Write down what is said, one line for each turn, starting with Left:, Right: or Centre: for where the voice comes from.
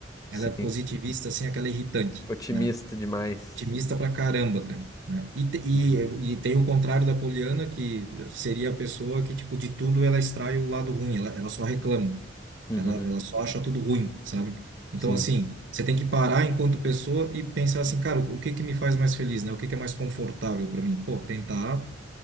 Left: Sim.
Right: Ela é positivista, assim, aquela irritante,
Left: Otimista
Right: né?
Left: demais.
Right: Otimista pra caramba, cara. Né? E, te- e,
Left: uhum,
Right: e tem o contrário da Poliana, que seria a pessoa que, tipo, de tudo ela extrai o lado ruim, ela, ela só reclama.
Left: uhum,
Right: Ela, ela só acha tudo ruim, sabe? Então,
Left: sim,
Right: assim, você tem que parar enquanto pessoa e pensar assim, cara, o, o que que me faz mais feliz, né? O que que é mais confortável para mim? Pô, tentar